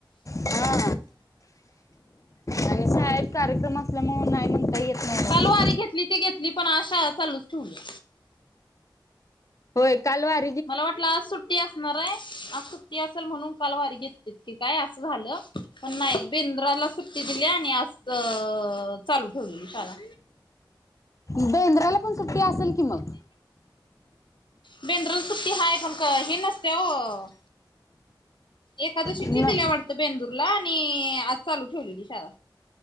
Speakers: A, on the left; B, on the left.
A: हा आणि शाळेत कार्यक्रम असल्यामुळे नाही म्हणता येत नाही
B: काल
A: ना
B: वारी
A: ओ
B: घेतली ते घेतली पण आज शाळा चालूच ठेवल्या
A: होय काल वाट
B: मला वाटलं आज सुट सुट्टी असणार आहे आज सुट्टी असेल म्हणून काल वारी घेतते की काय असं झाल पण नाही बेंद्राला सुट्टी दिल्या आणि आज अ चालू ठेवलेली शाळा
A: बेंद्राला पण सुट्टी असल की मग
B: बेद्राला सुट्टी हाय पण का हे नसत्या ओ एकादशीची
A: न
B: दिल्या वाटत बेंदूरला आणि आज चालू ठेवलेली शाळा